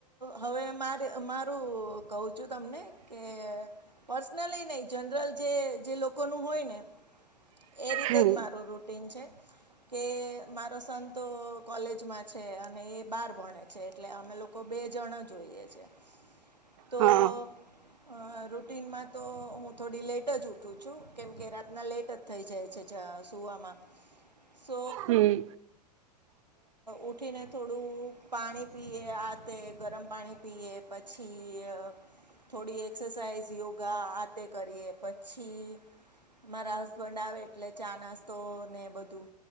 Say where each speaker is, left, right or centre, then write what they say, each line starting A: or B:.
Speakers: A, on the right (about 85°); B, on the right (about 50°).
A: <unintelligible> મ્હારો કહું જો તમે એ પર્સનલી નહી જનરલ જે હોય ને એ રીતે
B: હમ
A: જ મારું રૂટીન છે કે મારો સંતો કોલેજમાં છે અને એ બાર ભણે છે એટલે અમે લોકો બે જણા જોઈએ છે તો
B: હા
A: અ રૂટનમાં તો હું થોડી લેટ જ ઉઠું છું કેમકે રા લેટ જ થઈ જાય છે સુવામાં સ અ
B: હમ
A: ઉઠીને થોડું પાણી પીએ આ તે ગરમ પાણી પીએ કે પછી થોડી એક્સરસાઇઝ યોગા આ તે કરીએ પછી મારા હસબન્ડ આવે એટલે ચાણસ તો ને બધું